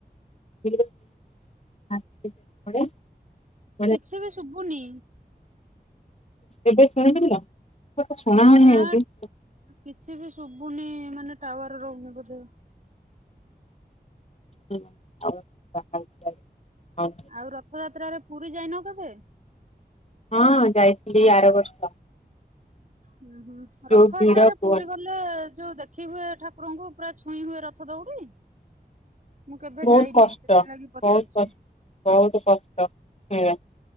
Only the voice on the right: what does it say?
କିଛି ବି ଶୁଭୁନି
ନା
କିଛି ବି ଶୁଭୁନି ମାନେ ଟାୱାର ରହୁନି ବୋଧେ
ଆଉ ରଥଯାତ୍ରାରେ ପୁରୀ ଯାଇନ କେବେ
ହୁଁ ହୁଁ
ରଥଯାତ୍ରାରେ
ପୁରୀ ଗ ବୋଇଲେ ଯୋଉ ଦେଖି ହୁଏ ଠାକୁରଙ୍କୁ ପୁରା ଛୁଇଁ ହୁଏ ରଥ ଦଉଡି ମୁଁ କେବେ
ଯାଇନି
ସେଥିଲାଗି ପଚାରୁଚି।